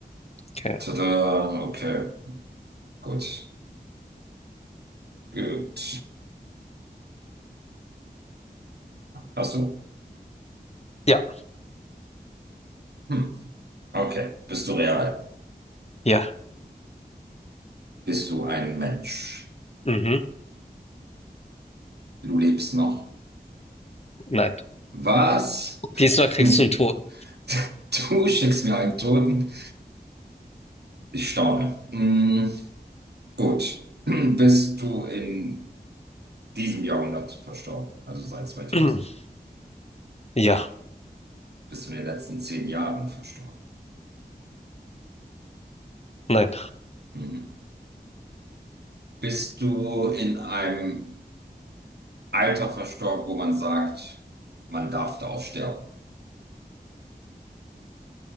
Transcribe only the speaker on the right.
Tada. Okay. Gut. Gut. Hast du?
Hm. Okay. Bist du real?
Bist du ein Mensch?
Du lebst noch?
Was?
Hm.
<laughs> Du schickst mir einen Toten? Ich staune. Hm. Gut. <clears throat> Bist du in diesem Jahrhundert verstorben? Also seit 2000?
Bist du in den letzten zehn Jahren verstorben?
Mhm. Bist du in einem Alter verstorben, wo man sagt, man darf da auch sterben?